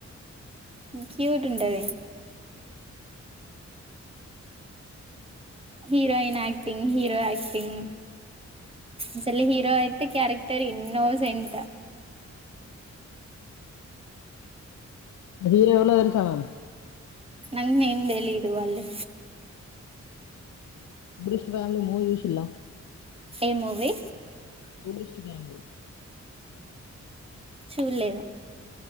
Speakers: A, on the right; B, on the left.
A: క్యూటున్టది. Heroine acting, hero acting. అసలి హీరో యితే క్యారెక్టర్ ఇన్నోసెంట్.
B: హీరో ఎవలో తెలుసా మరి?
A: నంగ్న ఏం తెలీదు వాళ్లు.
B: బృష్ వాళ్ళు మూవీ చూసిళ్ల?
A: ఏం మూవి?
B: టూరిస్ట్ ఫ్యామిలీ
A: చూడలేదు